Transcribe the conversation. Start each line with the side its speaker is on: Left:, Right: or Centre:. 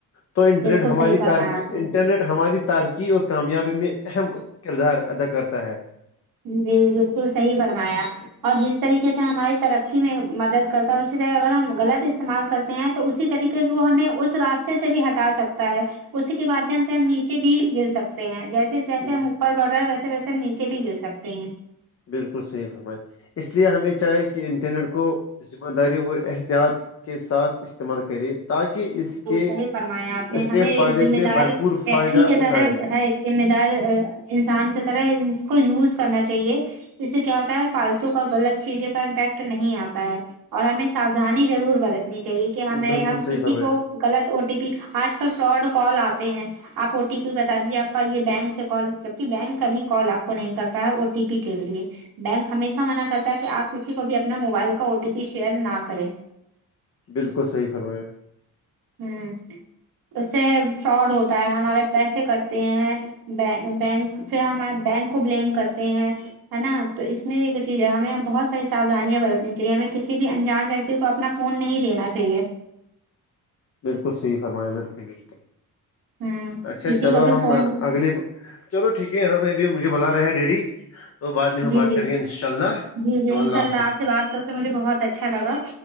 Left: تو انٹرنیٹ
Right: بالکل
Left: ہماری
Right: صحیح فرمایا
Left: تی
Right: آپ نے
Left: انٹرنیٹ ہماری تارکی اور کامیابی میں اہم کردار ادا کرتا ہے
Right: جی بالکل صحیح فرمایا اور جس طریقے سے ہماری ترقی ہی میں مدد کرتا ہے اسی طرح اگر ہم غلط استعمال کرتے ہیں تو اسی طریقے سے وہ ہمیں اس راستے سے بھی ہٹا سکتا ہے اسی کے مادھیم سے ہم نیچے بھی گر سکتے ہیں جیسے جیسے
Left: اس
Right: ہم اوپر بڑ رہے ہیں ویسے ویسے نیچے بھی گل سکتے ہیں
Left: بالکل صحیح فرمائے اس لیے ہمیں چاہے کہ انٹرنیٹ کو ذمہ داری اور احتیاط کے ساتھ استعمال کرے تاکہ اس کے
Right: صحی فرمایا آپ نے
Left: اس کے
Right: ہمیں ایک
Left: فائدے
Right: ذمہ
Left: سے
Right: دار
Left: بھرپور
Right: ویکری
Left: فائدہ
Right: کی طرح
Left: اٹھائے
Right: ہے ذمہ دار انسان کی طرح اس کو یوز کرنا چاہیے اس سے کیا ہوتا ہے فالتو کا غلط چیزیں کا امپیکٹ نہیں آتا ہے اور ہمیں ساودھانی ضرور برتنی چاہیے کہ ہمیں
Left: بالکل
Right: ہم
Left: صحیح
Right: کسی
Left: فرمایا
Right: کو غلط او ٹی پی آج کل فراڈ کال آتے ہیں آپ او ٹی پی بتا دیجیے آپ کا یہ بینک سے کال جبک بینک کا بھی کال آپ کو نہیں کرتا ہے او ٹی پی کے لیے بینک ہمیشہ منع کرتا ہے کہ آپ کسی کو بھی اپنا موبائل کا او ٹی پی شیئر نہ کریں
Left: بالکل صحیح فرمایا
Right: ہوں اس سے فراڈ ہوتا ہے ہمارے پیسے کٹتے ہیں بینک پھر ہمارے بینک کو بلیم کرتے ہیں ہے نا تو اس میں یہ چیز ہے ہمیں بہت ساری ساھانیاں برتنی چاہیے ہمیں کسی بھی انجان ویکتی کو تو اپنا فون نہیں دینا چاہیے
Left: بالکل صحیح فرمایا بالکل بالکل
Right: ہوں
Left: اچھا
Right: کسی
Left: چلو
Right: کو بھی
Left: ہم
Right: فون
Left: اگلے چلو ٹھیک ہے ہمیں ابھی مجھے بلا رہے ہیں ڈیڈی تو بعد میں ہم
Right: جی
Left: بات
Right: جی
Left: کریں گے انشاء اللہ
Right: جی جی
Left: تو اللہ
Right: انشاء
Left: حافظ
Right: آپ سے بات کر کے مجھے بہت اچھا لگا